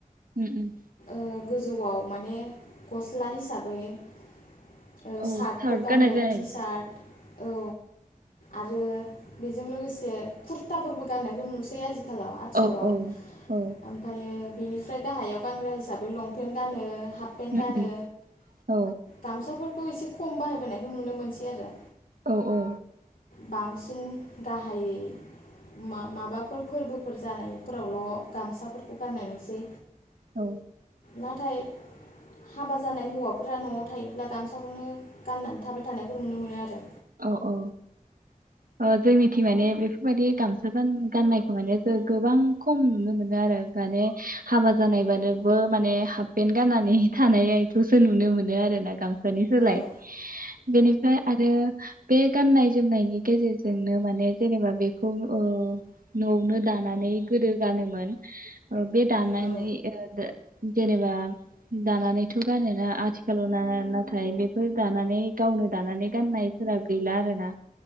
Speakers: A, on the right; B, on the left.
A: उम उम
B: ओ गोजौआव माने गस्ला हिसाबै ओ
A: औ
B: सार्टफोर
A: सार्ट
B: गानो
A: गाननाय जायो
B: टि सार्ट औ आरो बेजों लोगोसे कुर्ताफोरबो गाननायखौ नुसै आजिखा आथिखालाव आथिखालाव
A: औ औ औ
B: ओमफ्रायो बिनिफ्राय गाहायाव गानग्रा हिसाबै लंपेन्ट गानो। हाफपेन्ट
A: उम
B: गानो
A: उम औ
B: गामसाफोर बे एसे खम बाहायबोनायखौ नुनो मोनसै आरो।
A: औ औ
B: बांसिन गाहायै मा-माबाफोर फोरबोफोर जानायफोरावल' गामसाफोरखौ गाननाय नुसै।
A: ओ औ
B: नाथाय हाबा जानाय हौवाफोरा न'आव थायोब्ला गामसाखौनो गाननानै थाबाय थानायखौ नुनो मोनो आरो।
A: औ औ अ जोंनिथिं माने बेफोरबायदि गामसा गान गाननायखौ माने जों गोबां खम नुनो मोनो आरो माने हाबा जानायबानोबो माने हाफ पेन्ट गाननानै थानायखौसो नुनो मोनो आरोना। गामसनि सोलाय
B: औ
A: बेनिफ्राय आरो। बे गाननाय जोमनायनि गेजेरजोंनो माने जेनेबा बेखौ ओ न'आवनो दानानै गोदो गानोमोन। औ बे दानानै
B: औ
A: <unintelligible> जेनेबा। दानानैथ' गानोना आथिखालाव ना-नाथाय बेफोर दानानै गावनो दानानै गाननाय जोंना गैला आरोना।